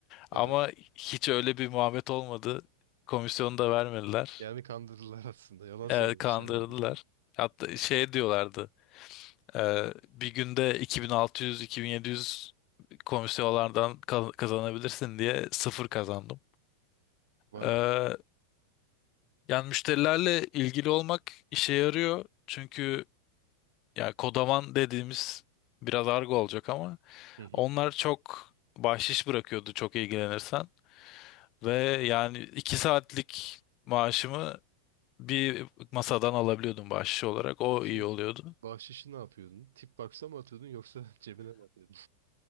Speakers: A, on the right (about 60°); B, on the left (about 40°).
A: Evet.
B: Ama hiç öyle bir muhabbet olmadı. Komisyonu da vermediler.
A: Yani kandırdılar aslında. Yalan söylemişler
B: Ee, kandırdılar.
A: bildiğin.
B: Hatta şey diyorlardı. ee, bir günde 2600-2700 komisyonlardan ka- kazanabilirsin diye sıfır kazandım.
A: Vay
B: Ee,
A: be.
B: yani müşterilerle ilgili olmak işe yarıyor. Çünkü ya kodaman dediğimiz biraz argo olacak ama
A: Hı hı.
B: onlar çok bahşiş bırakıyordu çok ilgilenirsen. Ve yani iki saatlik maaşımı
A: Hı hı.
B: bir masadan alabiliyordum bahşiş olarak. O
A: Peki
B: iyi oluyordu.
A: bahşişi ne yapıyordun? Tip box'a mı atıyordun yoksa <laughs> cebine mi atıyordun?